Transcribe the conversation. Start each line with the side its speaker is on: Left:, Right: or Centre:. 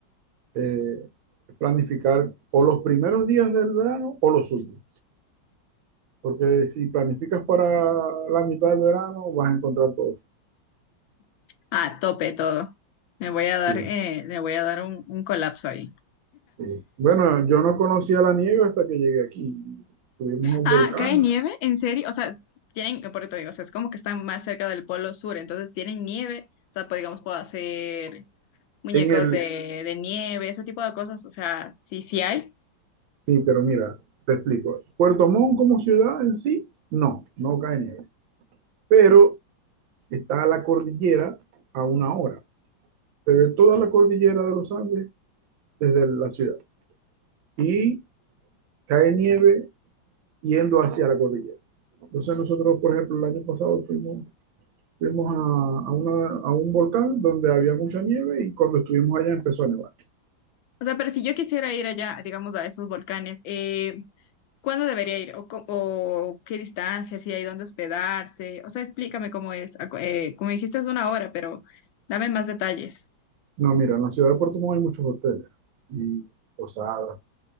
Right: eh, es planificar o los primeros días del verano o los últimos. Porque si planificas para la mitad del verano, vas a encontrar todo.
Left: Ah, tope todo. Me voy a dar,
Right: Sí,
Left: eh, me voy a dar un, un colapso ahí.
Right: sí. Bueno, yo no conocía la nieve hasta que llegué aquí. Tuvimos un
Left: Ah,
Right: volcán
Left: ¿cae nieve? ¿En serio? O sea, tienen, por eso te digo, o sea, es como que están más cerca del polo sur, entonces tienen nieve, o sea, pues, digamos, puedo hacer muñecos
Right: en el...
Left: de, de nieve, ese tipo de cosas, o sea, sí, sí hay.
Right: Sí, pero mira, te explico. Puerto Montt como ciudad en sí, no, no cae nieve. Pero está la cordillera a una hora. Se ve toda la cordillera de los Andes desde la ciudad. Y cae nieve yendo hacia la cordillera. Entonces nosotros, por ejemplo, el año pasado fuimos Fuimos a, a una- a un volcán donde había mucha nieve y cuando estuvimos allá empezó a nevar.
Left: O sea, pero si yo quisiera ir allá, digamos, a esos volcanes, eh, ¿cuándo debería ir? ¿O, co- o qué distancia? ¿Si hay dónde hospedarse? O sea, explícame cómo es. Acu- eh, como dijiste, es una hora, pero dame más detalles.
Right: No, mira, en la ciudad de Puerto Montt hay muchos hoteles y posadas.